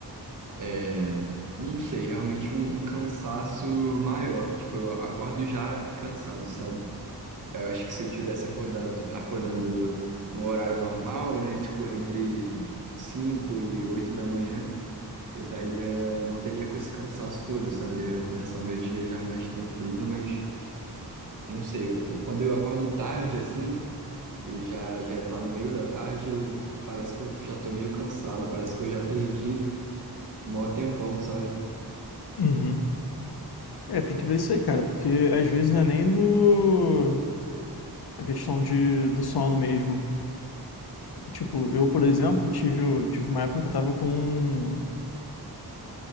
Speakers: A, on the right; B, on the left.
A: é, não sei, realmente um, um cansaço maior. Tipo, eu acordo já cansado, sabe? Eu acho que se eu tivesse acordado, acordando no horário normal, né, tipo entre 5 e 8 da manhã, eu estaria, não teria com esse cansaço todo, sabe? Eu ia começar o meu dia já mais tranquilo, mas não sei, eu- quando eu acordo tarde assim, e já já tá no meio da tarde, eu parece que eu já tô meio cansado, parece que eu já perdi o maior tempão, sabe?
B: Uhum. É, tem que ver isso aí, cara, porque às vezes não é nem do. a questão de... do sono mesmo. Tipo, eu, por exemplo, tive, tive uma época que tava com